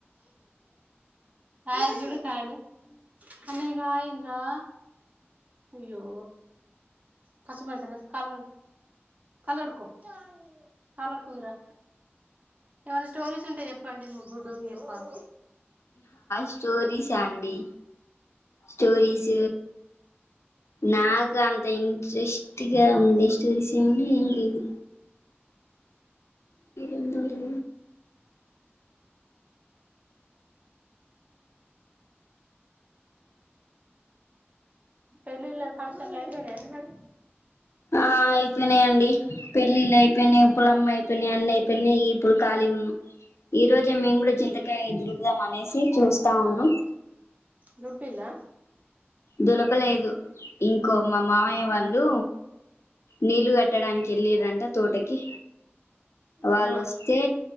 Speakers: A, on the right; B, on the left.
A: కాయలు చుడు కాయలు అన్నయ్యకు ఆయి అయ్యింది రా అయ్యో కసు బడుతల కాలు కళ్లు కడుక్కో కళ్లు కడుకుందరా ఏమైనా స్టోరీస్ ఉంటే చెప్పండి మా బుడ్డోనికి చెప్పాలి.
B: స్టోరీస్ అండి. స్టోరీస్ నాకు
A: రా
B: అంత ఇంట్రెస్ట్‌గా ఉండే స్టోరీస్ ఏమీ ఉన్నయ ఏం లేవు ఎందో లే
A: పెళ్లిళ్ల ఫంక్షన్ లు అయిపోయినాయ అండి మరి
B: ఆ అయిపోయినాయండి. పెళ్ళిళ్ళు అయిపోయినాయి. ఉప్పుల అమ్మ అయిపోయినాయి. అన్నీ అయిపోయినాయి. ఇప్పులు ఖాళీ ఉన్నాం. ఈ రోజే మేము కూడా చింతకాయ దొరుకుదాం అనేసి చూస్తా ఉన్నాం.
A: దొరుపిల్లా
B: దులపలేదు ఇంకో మా మావయ్య వాళ్ళు నీళ్లు కట్టడానికి ఎళ్లిరంట తోటకి వాళ్ళు
A: ఆ
B: వస్తే